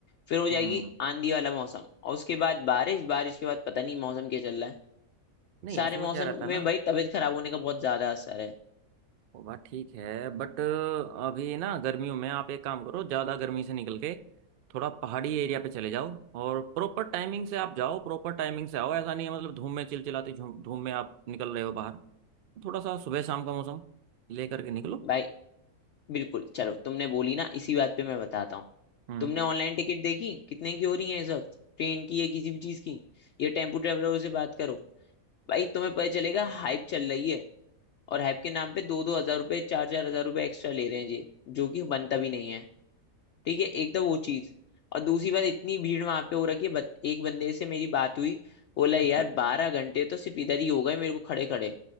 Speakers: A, on the left; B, on the right.
A: फिर हो जाएगी
B: हम्म
A: आंधी वाला मौसम और उसके बाद बारिश बारिश के बाद पता नहीं मौसम क्या चल रहा है
B: नहीं
A: सारे
B: इसमें
A: मौसम
B: क्या रहता है
A: में
B: ना
A: भाई तबीयत खराब होने का बहुत ज्यादा असर है
B: वो बात ठीक है बट अभी ना गर्मियों में आप एक काम करो ज़्यादा गर्मी से निकल के थोड़ा पहाड़ी एरिया पे चले जाओ और प्रॉपर टाइमिंग से आप जाओ प्रॉपर टाइमिंग से आओ ऐसा नहीं है मतलब धूम में चिलचिलाती धूम धूम में आप निकल रहे हो बाहर थोड़ा सा सुबह शाम का मौसम लेकर के निकलो
A: भाई बिल्कुल चलो तुमने बोली ना इसी बात पे मैं बताता हूँ
B: हम्म
A: तुमने ऑनलाइन टिकट देखी कितने की हो रही है इस वक्त ट्रेन की या किसी भी चीज की या टेम्पू ट्रेवलरों से बात करो भाई तुम्हें पता चलेगा हाइप चल रही है और हाइप के नाम पे दो दो हजार रुपये चार चार हजार रुपये एक्स्ट्रा ले रहे हैं ये जो कि बनता भी नहीं है ठीक है एक तो वो चीज और दूसरी बात इतनी भीड़ वहां पे हो रखी है बत, एक बंदे से मेरी बात हुई बोला यार
B: हम्म,
A: बारह घंटे तो सिर्फ इधर ही हो गए मेरे को खड़े खड़े